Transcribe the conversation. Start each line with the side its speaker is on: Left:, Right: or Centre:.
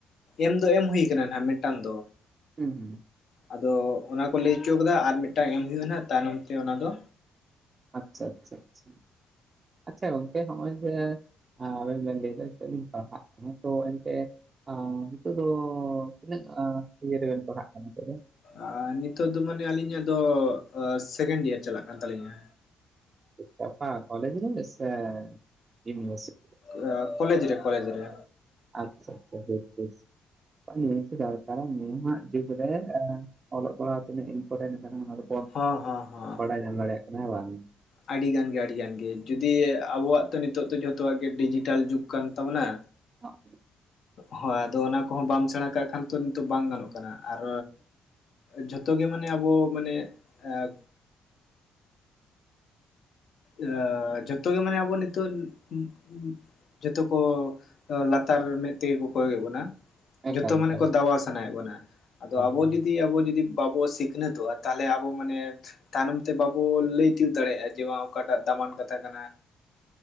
Left: ᱮᱢ ᱫᱚ ᱮᱢ ᱦᱩᱭ ᱠᱟᱱᱟ ᱱᱟᱦᱟᱜ ᱢᱤᱫᱴᱟᱝ ᱫᱚ᱾
Right: ᱦᱩᱸᱦᱩᱸ
Left: ᱟᱫᱚ ᱚᱱᱟ ᱠᱩ ᱞᱟᱹᱭ ᱩᱪᱩ ᱠᱟᱫᱟ ᱟᱨ ᱢᱤᱫᱴᱟᱝ ᱮᱢ ᱦᱩᱭᱩᱜ ᱟᱱᱟ ᱛᱟᱭᱱᱚᱢ ᱛᱮ ᱚᱱᱟ ᱫᱚ᱾
Right: ᱟᱪᱪᱷᱟ ᱟᱪᱪᱷᱟ ᱟᱪᱪᱷᱟ᱾ ᱟᱪᱷᱟ ᱜᱚᱝᱠᱮ ᱦᱚᱸᱜ-ᱚᱭ ᱡᱮ᱾ ᱟᱨ ᱢᱮᱱ ᱮᱫᱟ ᱱᱤᱛᱚᱜ ᱞᱤᱧ ᱯᱟᱲᱦᱟᱜ ᱠᱟᱱᱟ ᱛᱚ ᱮᱱᱛᱮ ᱚᱸᱻ ᱱᱤᱛᱚᱜ ᱫᱚ ᱛᱤᱱᱟᱹᱜ ᱟᱸ ᱤᱭᱟᱹ ᱨᱮᱵᱤᱱ ᱯᱟᱲᱦᱟᱜ ᱠᱟᱱᱟ ᱱᱤᱛᱚᱜ ᱫᱚ
Left: ᱟᱨ ᱱᱤᱛᱚᱜ ᱫᱚ ᱢᱟᱱᱮ ᱟᱹᱞᱤᱧ ᱟᱜ ᱫᱚ ᱥᱮᱠᱮᱱᱰ ᱤᱭᱟᱨ ᱪᱟᱞᱟᱜ ᱠᱟᱱ ᱛᱟᱞᱤᱧᱟ᱾
Right: ᱟᱪᱪᱷᱟ ᱚᱠᱟ ᱠᱚᱞᱮᱡᱽ ᱨᱮᱜᱮ ᱥᱮ ᱤᱭᱩᱱᱤᱵᱷᱟᱨᱥᱤᱴᱤ
Left: ᱮᱸ ᱠᱚᱞᱮᱡᱽ ᱨᱮ ᱠᱚᱞᱮᱡᱽ ᱨᱮ
Right: ᱟᱪᱪᱷᱟ ᱟᱪᱪᱷᱟ ᱵᱮᱥ ᱵᱮᱥ ᱱᱤᱦᱟᱹᱛ ᱫᱚᱨᱠᱟᱨᱟ ᱱᱟᱦᱟᱜ ᱡᱩᱜᱽ ᱨᱮ ᱟᱻ ᱚᱞᱚᱜ ᱯᱟᱲᱦᱟᱣ ᱛᱤᱱᱟᱹᱜ ᱤᱧᱯᱚᱴᱮᱱ ᱠᱟᱱᱟ ᱚᱱᱟ ᱫᱚ
Left: ᱦᱚᱸ ᱦᱚᱸ ᱦᱚᱸ
Right: ᱵᱟᱰᱟᱭ ᱧᱟᱢ ᱫᱟᱲᱮᱭᱟᱜ ᱠᱟᱱᱟ ᱦᱮᱸ ᱵᱟᱝ
Left: ᱟᱹᱰᱤ ᱜᱟᱱ ᱜᱮ ᱟᱹᱰᱤ ᱜᱟᱱ ᱜᱮ ᱡᱩᱫᱤ ᱟᱵᱚᱣᱟᱜ ᱛᱚ ᱱᱤᱛᱚᱜ ᱫᱚ ᱡᱷᱚᱛᱚᱣᱟᱜ ᱜᱮ ᱰᱤᱡᱤᱴᱟᱞ ᱡᱩᱜᱽ ᱠᱟᱱ ᱛᱟᱵᱚᱱᱟ᱾
Right: ᱦᱚᱸᱜ
Left: ᱦᱚᱸᱭ ᱟᱫᱚ ᱚᱱᱟ ᱠᱚᱦᱚᱸ ᱵᱟᱢ ᱥᱮᱬᱟ ᱠᱟᱜ ᱠᱷᱟᱱ ᱛᱚ ᱱᱤᱛᱚᱜ ᱵᱟᱝ ᱜᱟᱱᱚᱜ ᱠᱟᱱᱟ ᱟᱨᱻ ᱡᱷᱚᱛᱚ ᱜᱮ ᱢᱟᱱᱮ ᱟᱵᱚ ᱢᱟᱱᱮ ᱮᱸ ᱮᱸᱻ ᱡᱚᱛᱚᱜ ᱜᱮ ᱢᱟᱱᱮ ᱟᱵᱚ ᱱᱤᱛᱚᱜ <unintelligible> ᱡᱚᱛᱚ ᱠᱚ ᱞᱟᱛᱟᱨ ᱢᱮᱫ ᱛᱮᱜᱮ ᱠᱚ ᱠᱚᱭᱚᱜ ᱮᱫ ᱵᱚᱱᱟ᱾
Right: ᱮᱠᱟᱞ
Left: ᱡᱷᱚᱛᱚ ᱢᱟᱱᱮ
Right: ᱮᱠᱟᱞ
Left: ᱠᱚ ᱫᱟᱵᱟᱣ
Right: ᱦᱳᱭ
Left: ᱥᱟᱱᱟᱭᱮᱫ ᱵᱚᱱᱟ ᱟᱫᱚ ᱟᱵᱚ
Right: ᱦᱳᱭ
Left: ᱡᱩᱫᱤ ᱟᱵᱚ ᱡᱩᱫᱤ ᱵᱟᱵᱚ ᱥᱤᱠ ᱥᱤᱠᱷᱱᱟᱹᱛ ᱚᱜᱼᱟ ᱛᱟᱦᱚᱞᱮ ᱟᱵᱚ ᱢᱟᱱᱮ ᱛᱟᱭᱱᱚᱢ ᱛᱮ ᱵᱟᱵᱚ ᱞᱟᱹᱭ ᱛᱤᱭᱳᱜ ᱫᱟᱲᱮᱭᱟᱜᱼᱟ ᱡᱮ ᱵᱟᱝ ᱚᱠᱟ ᱴᱟᱜ ᱫᱟᱢᱟᱱ ᱠᱟᱛᱷᱟ ᱠᱟᱱᱟ᱾